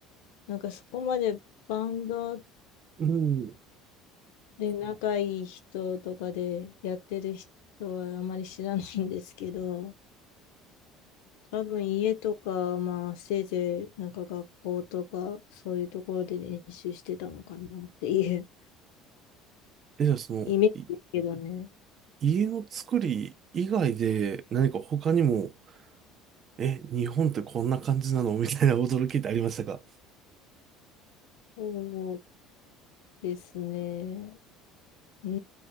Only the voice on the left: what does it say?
なんかそこまでバンド
で、で仲いい人とかでやってる人はあまり知らないんですけど、多分家とか、まあせいぜいなんか学校とかそういうところで練習してたのかなっていう
イメージですけどね。
そうですね。うー